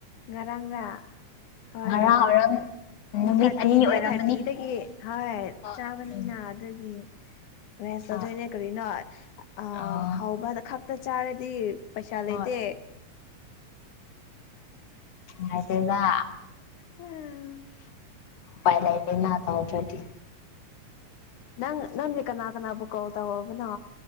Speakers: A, on the left; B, on the left.
A: ꯉꯔꯥꯡꯗ ꯍꯣꯏ
B: ꯉꯔꯥꯡ
A: ꯉꯔꯥꯡꯗ
B: ꯑꯣꯏꯔꯝꯅꯤ ꯅꯨꯃꯤꯠ
A: ꯊꯥꯔꯇꯤ
B: ꯑꯅꯤ ꯑꯣꯏꯔꯝꯃꯅꯤ
A: ꯗꯦ ꯊꯥꯔꯇꯤꯗꯒꯤ ꯍ
B: ꯍꯣꯏ
A: ꯆꯥꯕꯅꯤꯅ
B: ꯎꯝ
A: ꯑꯗꯒꯤ ꯔꯦꯁꯇ
B: ꯍꯣꯏ
A: ꯑꯗꯨꯣꯏꯅꯦ ꯀꯔꯤꯅꯣ ꯑ
B: ꯑꯥ
A: ꯍꯥꯎꯧꯕ ꯈꯛꯇ ꯆꯥꯔꯗꯤ ꯄꯩꯁꯥ
B: ꯍꯣꯏ
A: ꯂꯩꯇꯦ
B: ꯍꯥꯏ ꯇꯣꯏꯗ
A: ꯎꯝ
B: ꯄꯥꯏ ꯂꯩꯗꯅ ꯇ ꯑꯣꯖꯗꯤ
A: ꯅꯪ ꯅꯪꯗꯤ ꯀꯅꯥ ꯀꯅꯥꯕꯨ ꯀꯣꯜ ꯇꯧꯔꯕꯅꯣ